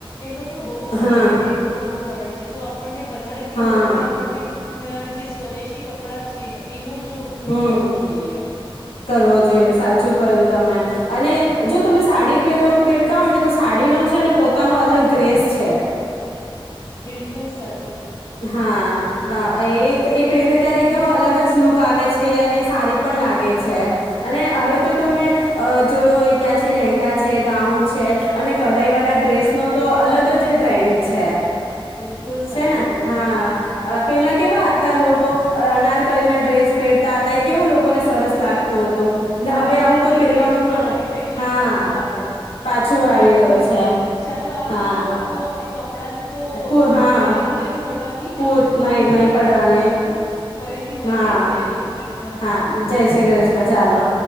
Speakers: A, on the left; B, on the left.
A: એનો પણ બઉુ જ
B: હા
A: આપણને ટેક્સ ભરવો પડે છે તો આપણને વધારેથી
B: હા
A: વધારે આપણને હ જે સ્વદેશી કપડાં છે એનો જ ઉપયોગ
B: હમ
A: કરવો જોઈએ.
B: કરવો જોઈએ સાચું કયું તમે અને જો તમે સાડી પેરો પહેરતા હોય ને તો સાડીનો છે અને પોતાનો અલગ ગ્રેશ છે.
A: બિલકુલ સત
B: હા હા એ એ પેરે ત્યારે એકદમ અલગ જ લુક આવે છે અને સારી પણ લાગે છે. અને હવે
A: બિલકુલ
B: તો તમે અ જોયૂ ઓય કે છે લેંગા છે, ગાઉન છે. અને કઢાઈ વાળા ડ્રેસ નો તો અલગ જ ટ્રેન્ડ છે.
A: બિલકુલ સાચી
B: છે ને
A: ક
B: હા અ પેલા કેવા હતા લોકો અનારકલી ના ડ્રેસ પહેરતા હતા એ કેવું લોકોને સરસ લાગતું હતું. ને
A: હવે ફરીથી
B: આવું કોઈ પહેરવાનું
A: એ જ હા
B: પણ
A: એ ફેશન
B: હા
A: પાછો આવે છે
B: પાછું આવી
A: બિલકુલ
B: ગયું છે
A: ચાલો આ
B: હા
A: તો જો વાતો આપડી કપડાં ની તો
B: પુ હા
A: પૂરી જ નહી પડવાની
B: પૂર
A: આપણે ફરીથી
B: નહી નહી પડવાની
A: મળી ફરીથી મળીએે
B: હા
A: જય શ્રી કૃષ્ણ.
B: હા જય શ્રી કૃષ્ણ ચાલો.